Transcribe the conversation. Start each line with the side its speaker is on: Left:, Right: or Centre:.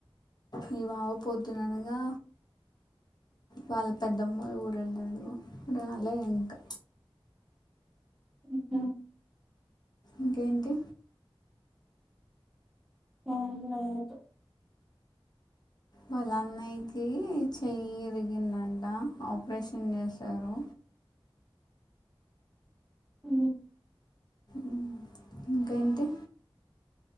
Left: నీ బావ పొద్దున్న అనగా వాళ్ళ పెద్దమ్మ వాళ్ళ ఊరు వెళ్ళాడు రాలే ఇంకా
Centre: ఉ ఊ
Left: ఇంకేంటి
Centre: ఏం లేదు
Left: వాళ్ళ అన్నయ్యకి చేయి విరిగింది అంట ఆపరేషన్ చేసారు
Centre: ఊ
Left: ఉ ఇంకేంటి